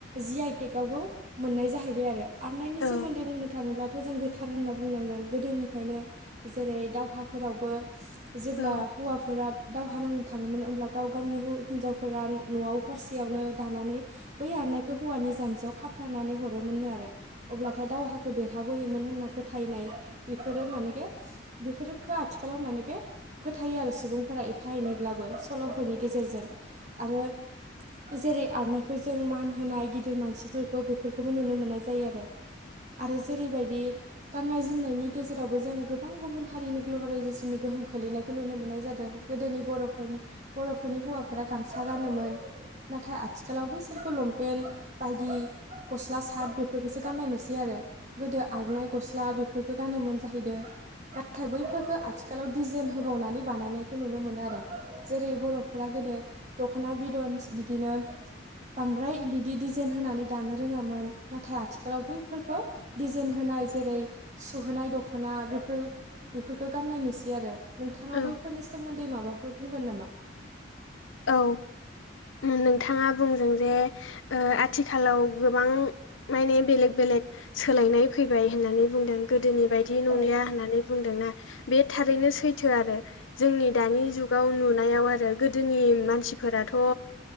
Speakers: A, on the right; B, on the left.
A: जि आइटेकवबो मोननाय जाहैबाय आरो आरनायनि
B: औ
A: सोमोन्दै बुंनो थाङोब्ला जों गोथार होनना बुंनांगोन गोदोनिफ्रायनो जेरै दावहाफोरावबो जेब्ला
B: औ
A: हौवाफोरा दावहा नांनो थाङोम ओमब्ला गाव गावनि हिन्जावफोरा न'आव हरसेयावनो दानानै बै आरनायखौ हौवानि जान्जियाव खाब फथानानै हरोमोननो आरो अब्लाथाय दावहाखौ देरहाबोयोमोन होनना फोथायनाय बेफोरो मानेे बेफोरफोरखौ आथिखालाव मानेे फोथायो आरो सुबुंफोरा बाहायनोबो सल'फोरनि गेजेरजों आरो जेरै आरनायखौ जों मान होनाय गिदिर मानसिफोरखौ बेफोरखौबो नुनो मोननाय जायो आरो आरो जेरैबाय दि गाननाय जोमनायनि गेजेरावबो जों गोबां गुबुन हारिनि ग्लबेलाइजेसननि गोहोम खोलैनायखौ नुनो मोनो मोननाय जादों गोदोनि बर'फोर बर'फोरनि हौवाफोरा गामसा गानोमोन नाथाय आथिखालाव खौ लंपेन्ट बायदि गस्ला सार्ट बेफोरखौसो गाननाय नुसै आरो गोदो आर'नानाय गस्ला बेफोरखौ गानोमोन जाहैदों नाथाय बैफोरफोरखौ आथि खालाव डिजाइन होबावनानै बानायनायखौ नुनो मोनो आरो जेरै बर'फ्रा गोदो दख'ना बिदन बिदिनो बांद्राय बिदि जाइन होनानै दानो रोङामोन नाथाय आथिखालाव बैफोरखौ डिजाइन होनाय जेरै सुहोनाय दख'ना बेफोर बेफोरखौ गाननाय नुसै आरो नोंथाङा
B: औ
A: बैफोरनि सोमोन्दै माबाफोर बुंगोन नामा
B: औ नोंथाङा बुंदों जे ओ आथिखालाव गोबां माने बेलेक बेलेक सोलायनाय फैबाय होननानै बुंदों गोदोनि बायदि
A: औ
B: नंलिया होननानै बुंदोंना बे थारैनो सैथो आरो जोंनि दानि जुगाव नुनायाव आरो जोंनि मानसिफोराथ ओ